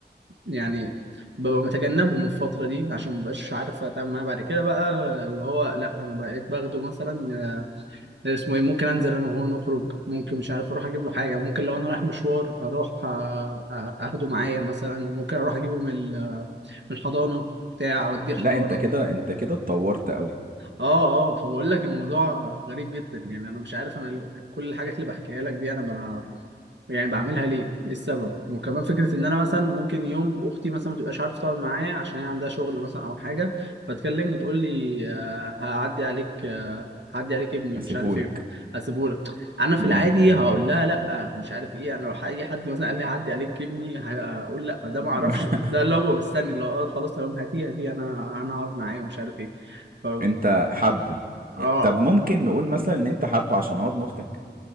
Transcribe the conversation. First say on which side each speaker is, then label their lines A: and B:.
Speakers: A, on the right; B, on the right.
A: يعني ببقى متجنبهم الفتره دي عشان ما بقاش عارف اتعامل معاه بعد كده بقى اللي هو لا انا بقيت باخده مثلا اسمه ايه ممكن انزل انا وهو نخرج ممكن مش عارف اروح اجيب له حاجه ممكن لو انا رايح مشوار اروح آه، آه، اخده معايا مثلا ممكن اروح اجيبه من ال- من الحضانه بتاع اوديه الحضانه
B: لا انت كده انت كده اتطورت قوي
A: اه اه فبقول لك الموضوع غريب جدا يعني انا مش عارف انا ال- كل الحاجات اللي بحكيها لك دي انا يعني بعملها ليه؟ ايه السبب؟ وكمان فكره ان انا مثلا ممكن يوم اختي مثلا ما تبقاش عارفه تقعد معايا عشان هي عندها شغل مثلا او حاجه فتكلمني تقول لي آه، هعدي عليك آه، هعدي عليك ابني
B: اسيبهولك
A: مش عارف ايه هسيبهولك انا في
B: امم
A: العادي هقول لها لا مش عارف ايه انا لو اي حد مثلا قال لي هعدي عليك ابني ه- هقول لا ده
B: <laughs>
A: ما اعرفش ده لو ببقى مستني لو آه، خلاص تمام هاتيه هاتيه انا انا هقعد معاه ومش عارف ايه ف
B: انت حبه
A: اه
B: طب ممكن نقول مثلا ان انت حبه عشان هو ابن اختك